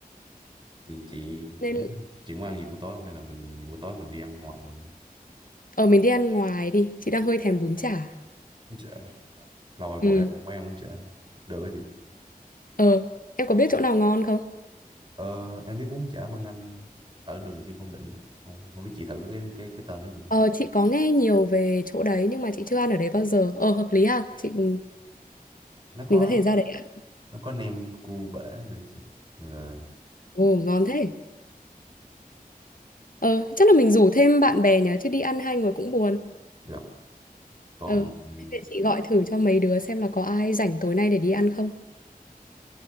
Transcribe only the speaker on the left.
Nên
ở mình đi ăn ngoài đi, chị đang hơi thèm bún chả.
Ừ.
Ờ, em có biết chỗ nào ngon không?
Ờ chị có nghe nhiều về chỗ đấy nhưng mà chị chưa ăn ở đấy bao giờ. Ờ hợp lý ha. Chị ừ,
mình có thể ra đấy ăn.
Ồ ngon thế. Ờ chắc là mình rủ thêm bạn bè nhỉ chứ đi ăn hai người cũng buồn.
ờ
Thế để chị gọi thử cho mấy đứa xem là có ai rảnh tối nay để đi ăn không.